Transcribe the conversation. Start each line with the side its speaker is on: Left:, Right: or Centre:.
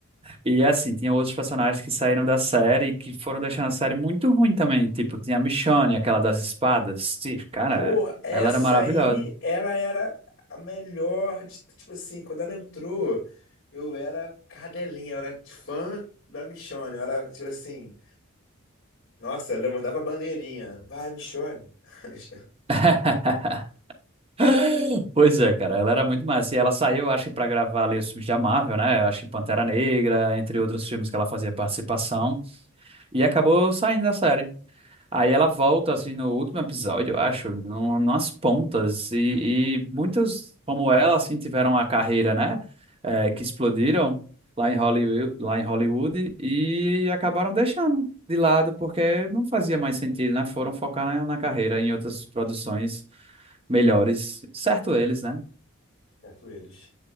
Right: E assim, tinha outros personagens que saíram da série e que foram deixando a série muito ruim também. Tipo, tinha a Michonne, aquela das espadas. Sim, Cara,
Left: Pô, essa
Right: ela era maravilhosa.
Left: aí, ela era a melhor de, tipo assim, quando ela entrou, eu era cadelinha, eu era fã da Michonne, eu era, tipo assim, nossa, eu levantava a bandeirinha, vai, Michonne, <laughs>
Right: <laughs> <gasps> Pois é, cara, ela era muito massa. E ela saiu, acho que, pra gravar ali os filmes da Marvel, né? Acho que Pantera Negra, entre outros filmes que ela fazia participação. E acabou saindo da série. Aí ela volta, assim, no último episódio, eu acho, no, nas pontas. E, e muitas, como ela, assim, tiveram a carreira, né? eh, que explodiram lá em Hollywood, lá em Hollywood e acabaram deixando de lado, porque não fazia mais sentido, né? Foram focar na, na carreira, em outras produções melhores. Certo eles, né?
Left: certo eles.